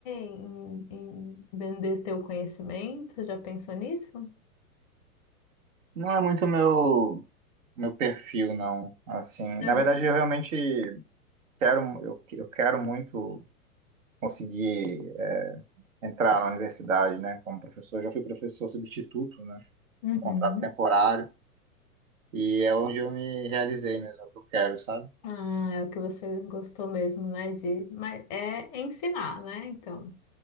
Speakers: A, on the left; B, on the right.
A: em, em vender teu conhecimento? Já pensou nisso?
B: Não é muito meu meu perfil, não. Assim,
A: Não.
B: na verdade, eu realmente quero, eu, eu quero muito conseguir é, entrar na universidade, né? Como professor, eu já fui professor substituto, né?
A: Uhum.
B: Um contrato temporário. E é onde eu me realizei mesmo, é o que eu quero, sabe?
A: Ah, é o que você gostou mesmo, né? De, mas é ensinar, né? Então.